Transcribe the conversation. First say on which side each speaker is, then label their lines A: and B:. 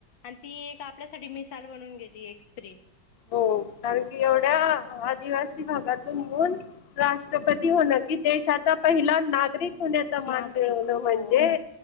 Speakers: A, on the left; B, on the left.
A: आणि ती एक आपल्यासाठी मिसाल बनून गेली एक स्त्री.
B: हो कारण की एवढ्या आदिवासी भागातून राष्ट्रपती होण की देश- पहिला नागरिक होण्याचा मान
A: नागरिक
B: मिळवने
A: हो
B: म्हणजे